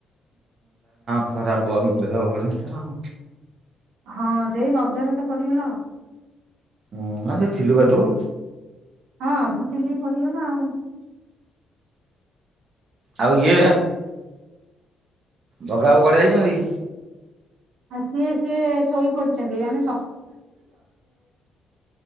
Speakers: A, on the right (about 55°); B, on the right (about 85°).
A: ଖରାପ ବେଳ ଭଲ ନଛ <unintelligible>
B: ହଁ ସେଇ ରଜରେ ତ ପଡିଗଲା ।
A: ହୁଁ ଆ ସେ ଥିଲୁ ବାଦୁ <unintelligible>
B: ହଁ ମୁଁ ଥିଲି ପଡିଗଲା ଆଉ।
A: ଆଉ ଇଏ ବଗା ବାବୁ କୁଆଡେ ଯାଇଛନ୍ତି?
B: ଆ ସିଏ ସିଏ ଶୋଇପଡିଛନ୍ତି ଆମେ